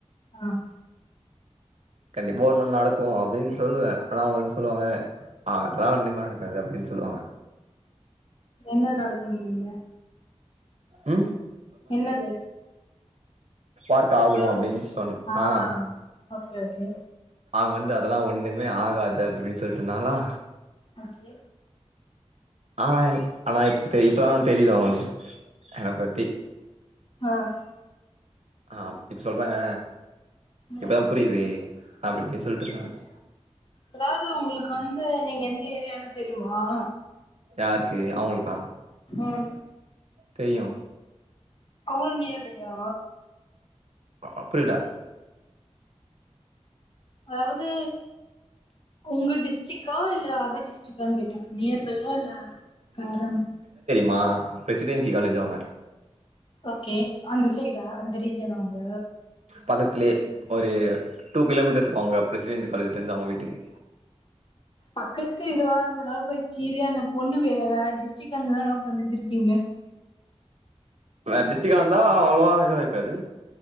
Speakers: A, on the left; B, on the right.
A: ஆஹ்
B: கண்டிப்பா ஒரு நாள் நடக்கு அப்டின்னு சொல்லுவே ஆனா அவங்க வந்து சொல்லுவாங்க அதலா ஒன்னுமே நடக்காது அப்டின்னு சொல்லுவாங்க
A: என்ன நடக்குனீங்க
B: உம்
A: என்னது
B: ஸ்பார்க் ஆகு
A: ஹலோ
B: அப்டின்னு சொன்ன
A: ஆ
B: ஆஹ்
A: ஓகே ஓகே
B: அவங்க வந்து அதெல்லா ஒண்ணுமே ஆகாது அப்டி இப்டினு சொல்லிட்டு இருந்தாங்களா
A: ஓகே
B: ஆனா ஆனா இப்ப தெரியு இப்பதா தெரியுது அவங்களுக்கு என்ன பத்தி
A: ஆஹ்
B: ஆஹ் இப்ப சொல்றாங்க
A: ம்
B: இப்பதா புரியுது அப்டி இப்டி சொல்லிட்டு இருந்தாங்க
A: அதாவது உங்களுக்கு வந்து நீங்க எந்த ஏரியானு தெ ரியுமா
B: யாருக்கு அவுங்களுக்கா
A: உம்
B: தெரியும்
A: அவளும் நேர்லயா
B: அப்படிதா
A: அதாவது உங்க டிஸ் டரிக்ட் ஆ இல்ல அதர் டிஸ்ட்ரிக்டா கேட்ட நியர்பையா இல்ல ஃபேர் ஆன்
B: மா பிரசிடென்சி காலேஜ் அவங்க
A: ஓகே அந்த சைடா அந்த ரீஜ்யனா அவங்க
B: பக்கத்திலயே ஒரு டூ கிலோமீட்டர்ஸ் அங்க பிரசிடென்சி காலேஜ்டருந்து அவங்க வீட்டுக்கு
A: பக்கத்து இதுவா இருந்ததுனால <unintelligible> பொண்ணு வே வேற டிஸ்ட்ரிக்கா இருந்துதனா என்னா பண்ணிருந்திருப்பீங்க
B: வேற டிஸ்ட்ரிக்கா இருந்தா அவ்வளவா இதுவாயிருக்காது